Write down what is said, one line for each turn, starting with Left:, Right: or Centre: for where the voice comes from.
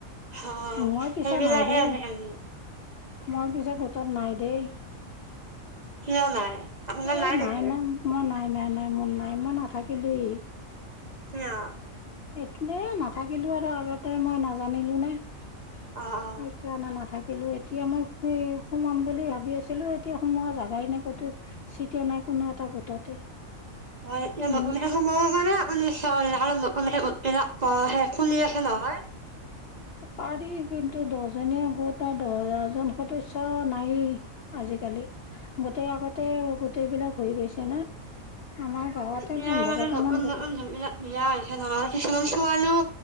Right: অ'
Left: মই পিছে
Right: সেইবিলাকহে
Left: নাই দেই,
Right: আজি কালি
Left: মই পিছে গোটত নাই দেই
Right: কিয় নাই। আপোনাৰ
Left: এ
Right: নেকি
Left: নাই নাই মই নাই নাই নাই মোৰ নাই মই নাথাকিলোৱে
Right: কিয়
Left: এতিনে নাথাকিলো আৰু আগতে মই নাজানিলো নে সেইকাৰণে
Right: অ অ
Left: নাথাকিল নাথাকিলো এতিয়া মই সোমাম বুলি ভাবি আছিলো, এতিয়া সোমোৱা জেগাই নাই ক'তো। চিটে নাই কোনো এটা গোটতে।
Right: হয় এ
Left: উম
Right: নতুন সময় মানে ম সে আৰু ন আকৌ হে খুলি আছে নহয়
Left: পাৰি কিন্তু দহজনীয়া গোট আৰু দহজন সদস্য নায়ে আজি আজিকালি গোটেই আগতে গোটেইবিলাক হৈ গৈছে না। আমাৰ গাঁৱতে
Right: এতিয়া
Left: পোন্ধৰটা
Right: মানে নতুন
Left: মান গোট
Right: নতুন
Left: আছে।
Right: জোনবিলাক বিয়া হৈছে নহয় কিছুমান ছোৱালীও